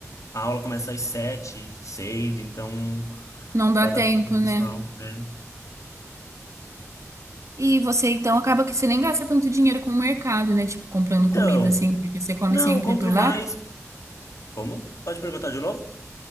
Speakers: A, on the left; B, on the right.
A: a aula começa às sete, seis, então,
B: Não dá
A: para
B: tempo,
A: dar tempo do pessoal.
B: né?
A: é.
B: E você então acaba que você nem gasta tanto dinheiro com o mercado, né? Tipo, comprando
A: Então,
B: comida assim, porque você come
A: não,
B: sempre
A: eu compro
B: por lá.
A: mais. Como? Pode perguntar de novo?